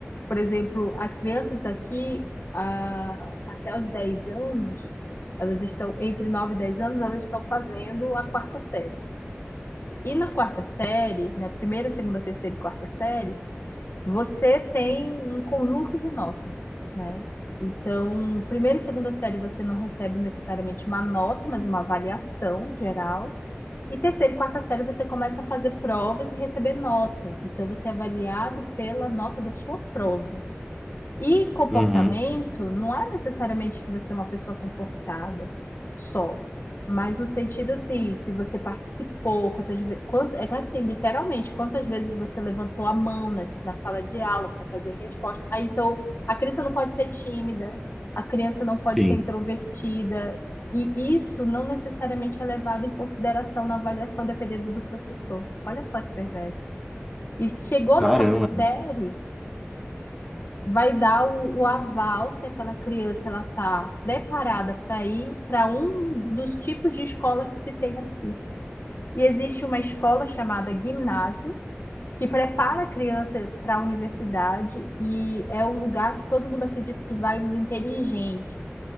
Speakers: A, on the left (about 55°); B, in the centre.
A: por exemplo, as crianças aqui, ah, até os 10 anos, elas estão entre 9 e 10 anos, elas estão fazendo a quarta série. E na quarta série, né, primeira, segunda, terceira e quarta série, você tem um conjunto de notas, né? Então, primeira e segunda série você não recebe necessariamente uma nota, mas uma avaliação geral. E terceira e quarta série você começa a fazer provas e receber nota. Então, você é avaliado pela nota da sua prova. E comportamento
B: Uhum.
A: não é necessariamente que você é uma pessoa comportada só, mas no sentido assim, se você participou, quantas vezes, é que assim, literalmente, quantas vezes você levantou a mão na, na sala de aula para fazer resposta. Aí, então, a criança não pode ser tímida, a criança não pode
B: Sim.
A: ser introvertida, e isso não necessariamente é levado em consideração na avaliação, dependendo do professor. Olha só que perverso. E chegou
B: Caramba.
A: na quarta série, vai dar o, o aval se aquela criança ela está preparada para ir para um dos tipos de escola que se tem aqui. E existe uma escola chamada Ginásio, que prepara a criança para a universidade e é um lugar que todo mundo acredita que vai os inteligentes.